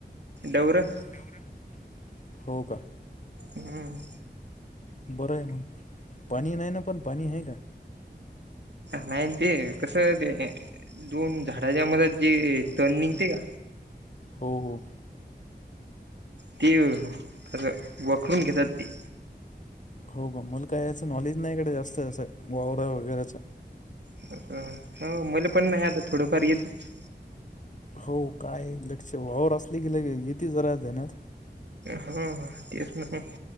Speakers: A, on the right; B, on the left.
A: दौरा.
B: दौरा हो का,
A: हम्म,
B: बरं आहे मग, पाणी नाही ना पण, पाणी हे का?
A: नाही ते, कसं ते. दोन झाडाच्या मध्ये जे, तन निघते का?
B: हो, हो.
A: ती, र वखरुन घेतात ती.
B: हो मल काय याचं नॉलेज नाहीकड जास्त असं, वावरा वगैरेच.
A: हा, हा मल पण नाही आता थोडंफार येतच.
B: हो काय लक्ष वावर असले की लगे, येती जरा देण्यात.
A: ह तेच ना